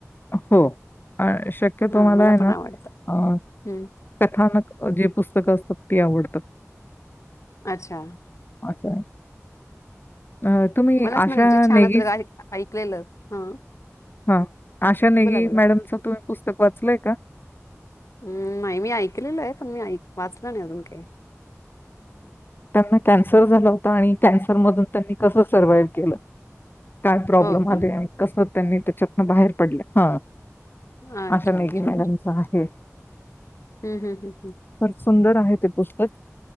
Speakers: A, on the left; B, on the left.
A: हो अ शक्यतो
B: हा
A: मला आहे
B: पण
A: ना
B: आवडतं.
A: अ
B: हम्म
A: कथानक जे पुस्तकं असतात ती आवडतात
B: अच्छा
A: <inaudible> तुम्ही
B: मलाच
A: आशा
B: म्हणजे जे छान
A: नेगी
B: असत ऐकलेलं हा
A: हा आशा नेगी
B: बोला बोला.
A: मॅडमचं तुम्ही पुस्तक वाचलय का
B: हम् नाही मी ऐकलेलो आहे पण मी वाचलं नाही अजून काही
A: त्यांना कॅन्सर झाला होता आणि कॅन्सर मधून त्यांनी कसं सर्वाइव्ह केलं काय प्रॉब्लेम
B: हो का?
A: आले कसं त्यांनी त्याच्यातन बाहेर पडलं हा
B: अच्छा
A: अशा मेघी
B: अच्छा
A: मॅडमचं
B: अच्छा
A: आहे.
B: हम्म हम्म हम्म
A: फार सुंदर आहे ते पुस्तक